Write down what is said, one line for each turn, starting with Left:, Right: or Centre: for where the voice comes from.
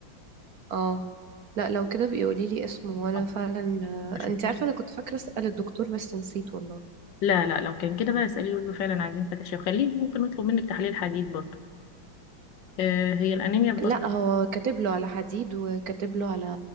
Right: اه لا لو كده بيقولي لي اسمه وانا
Left: طب
Right: فعلا
Left: اشوفه
Right: آه، انت عارفه انا كنت فاكره اسال الدكتور بس نسيت والله
Left: لا لا لو كان كده بقى اسأليه وقولي له فعلا عايزين فتاشير وخليه ممكن نطلب منك تحليل حديد برضه آه هي الأنيميا بتأثر
Right: لا هو كاتب له على حديد وكاتب له على